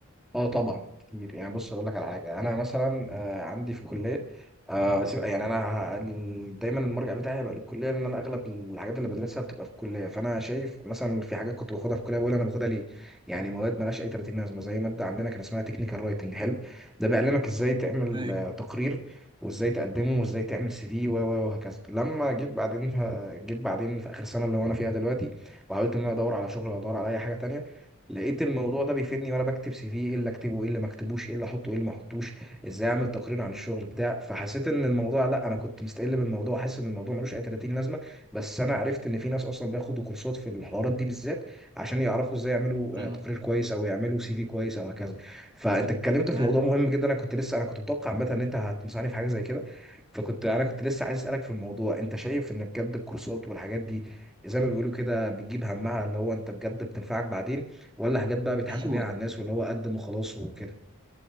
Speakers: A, in the centre; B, on the right.
A: اه طبعا كتير يعني بص اقول لك على حاجه انا مثلا آه، عندي في الكليه آه، سيب- يعني انا ه- ال- دايما المرجع بتاعي هيبقى للكليه لان انا اغلب الحاجات اللي بدرسها بتبقى في الكليه فانا شايف مثلا في حاجات كنت باخدها في الكليه بقول انا باخدها ليه يعني مواد مالهاش اي 30 لازمه زي ماده عندنا كان اسمها تكنيكال رايتنج حلو ده بيعلمك ازاي تعمل
B: ايوه
A: آه، تقرير وازاي تقدمه وازاي تعمل سي في و و- وهكذا لما جيت بعدين ف- جيت بعدين في اخر سنه اللي هو انا فيها دلوقتي وحاولت ان انا ادور على شغل ولا ادور على اي حاجه تانية لقيت الموضوع ده بيفيدني وانا بكتب سي في ايه اللي اكتبه ايه اللي ما اكتبوش ايه اللي احطه ايه اللي ما احطوش ازاي اعمل تقرير عن الشغل بتاع فحسيت ان الموضوع لا انا كنت مستقل بالموضوع حاسس ان الموضوع ملوش اي 30 لازمه بس انا عرفت ان في ناس اصلا بياخدوا كورسات في الحوارات دي بالذات عشان يعرفوا ازاي يعملوا
B: نعم.
A: آه، تقرير كويس او يعملوا سي في كويس او هكذا فانت اتكلمت
B: تمام
A: في موضوع مهم جدا انا كنت لسه انا كنت متوقع عامه ان انت هتنصحني في حاجه زي كده فكنت انا كنت لسه عايز اسالك في الموضوع انت شايف ان بجد الكورسات والحاجات دي زي ما بيقولوا كده بتجيب همها اللي هو انت بجد بتنفعك بعدين ولا حاجات بقى بيضحكوا
B: ايوه
A: بيها على الناس واللي هو قدم وخلاص وكده